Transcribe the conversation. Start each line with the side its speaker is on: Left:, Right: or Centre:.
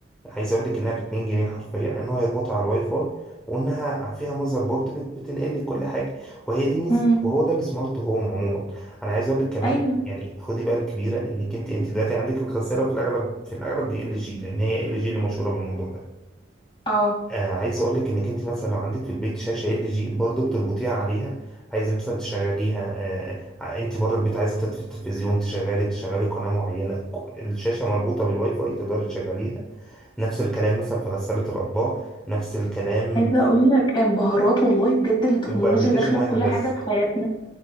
Centre: عايز اقول لك انها ب 2 جنيه حرفيا ان هو يربطها على الواي فاي وانها فيها ماذر بورد بت- بتنقل لك كل حاجه وهي دي ميزه
Left: امم
Centre: وهو ده السمارت هوم عموما انا عايز اقول لك كمان
Left: ايوه
Centre: يعني خدي بقى الكبيره انك انت انت دلوقتي عندك الغساله في الاغلب في الاغلب دي ال جي لان هي ال جي اللي مشهوره بالموضوع ده
Left: اه
Centre: آه عايز اقولك انك انت مثلا لو عندك في البيت شاشه ال جي برضه بتربطيها عليها عايزه مثلا تشغليها آه آه، انت بره البيت عايزه تطفي التلفزيون تشغلي تشغلي قناه معينه ك- الشاشه مربوطه بالواي فاي تقدري تشغليها نفس الكلام مثلا في غساله الاطباق نفس الكلام
Left: عايزه اقول لك انبهارات والله بجد التكنولوجيا
Centre: وبابلكيشن
Left: داخله
Centre: واحد
Left: في كل حاجه
Centre: بس
Left: في حياتنا